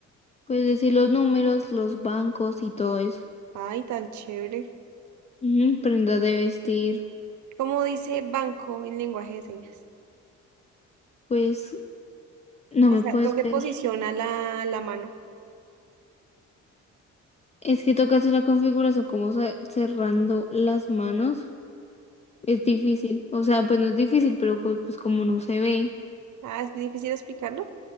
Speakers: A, on the left (about 25°); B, on the right (about 70°).
A: pues decir los números, los bancos y todo eso.
B: Ay, tan chévere.
A: Ujú, prendas de vestir,
B: ¿Cómo dice banco en lenguaje de señas?
A: pues no
B: O
A: me
B: sea,
A: puedes
B: ¿dónde
A: ver.
B: posiciona la, la mano?
A: Es que tocas la configuración como ce- cerrando las manos. Es difícil, o sea, pues no es difícil, pero co- pues como no se ve,
B: Ah, es difícil explicarlo.